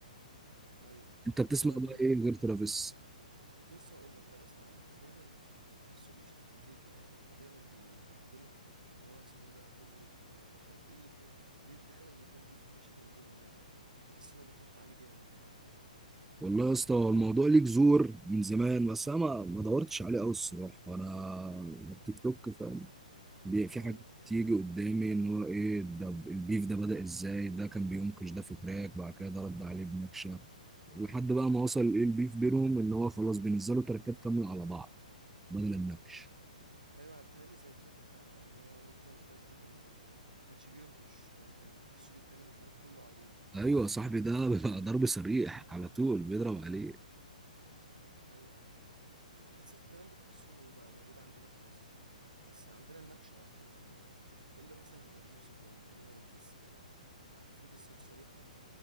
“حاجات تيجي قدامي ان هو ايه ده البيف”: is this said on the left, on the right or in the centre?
Centre